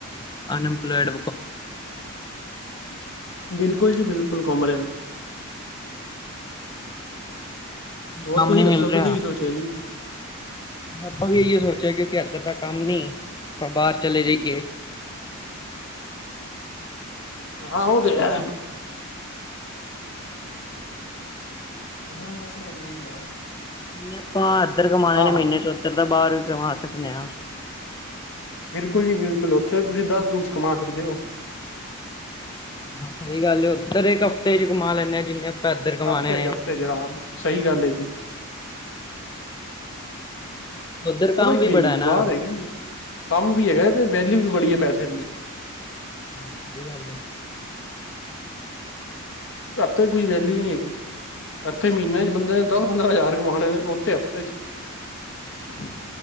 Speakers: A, on the left; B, on the left.
A: ਅਨਇੰਪਲਾਇਡ
B: ਬਿਲਕੁਲ ਜੀ, ਬਿਲਕੁਲ ਕੋਮਰੈਨ ਹੋਰ
A: ਕੰਮ
B: ਤੁਸੀਂ
A: ਨੀ ਮਿਲ
B: ਦੱਸੋ
A: ਰਿਹਾ,
B: ਤੁਸੀਂ ਕੀ ਸੋਚਿਆ ਜੀ
A: ਆਪਾਂ ਵੀ ਇਹੀ ਸੋਚਿਆ ਕਿਉਂਕਿ ਜਬ ਤੱਕ ਕੰਮ ਨੀ, ਆਪਾਂ ਬਾਹਰ ਚਲੇ ਜਾਈਏ
B: ਹਾਂ, ਔ ਤੇ ਹੈ। <unintelligible>
A: ਨ ਆਪਾਂ ਇੱਧਰ ਕਮਾਣੇ
B: ਹਾਂ
A: ਨੇ
B: ਹਾਂ
A: ਮਹੀਨੇ ਚ, ਉੱਧਰ ਦਾ ਬਾਹਰ ਵੀ ਕਮਾ ਸਕਦੇ ਹਾਂ-
B: ਬਿਲਕੁਲ ਜੀ ਬਿਲਕੁਲ ਉੱਥੇ ਤੁਸੀਂ ਦਸ ਦਿਨ ਚ ਕਮਾ ਸਕਦੇ ਹੋ।
A: ਹਾਂ, ਸਹੀ ਗੱਲ ਐ, ਉਦਰ ਇਕ ਹਫ਼ਤੇ ਚ ਕਮਾ ਲੈਂਨੇ ਆਂ, ਜਿੰਨੇ- ਇੱਧਰ ਕਮਾਣੇ
B: ਹਫ਼ਤੇ
A: ਨੇ।
B: ਚ ਹਫ਼ਤੇ ਚ ਰਾਮ, ਸਹੀ ਗੱਲ ਐ ਜੀ। <inaudible>
A: ਉੱਧਰ
B: ਪਤਾ
A: ਕੰਮ ਵੀ
B: ਕੀ
A: ਬੜਾ
B: ਜੀ
A: ਹੈ ਨਾ।
B: ਬਾਹਰ ਹੈਗੀ, ਕੰਮ ਵੀ ਹੈਗਾ, ਤੇ ਵੈਲਿਊ ਵੀ ਬੜੀ ਹੈ ਪੈਸੇ- <inaudible>
A: ਸਹੀ ਗੱਲ ਹੈ।
B: ਇਥੇ ਕੋਈ ਵੈਲਿਊ ਨਹੀਂ ਹੈਗੀ, ਇੱਥੇ ਮਹੀਨੇ ਚ ਬੰਦੇ ਦਸ-ਪੰਦਰਾਂ ਹਜ਼ਾਰ ਕਮਉਣੇ ਉੱਥੇ- <inaudible>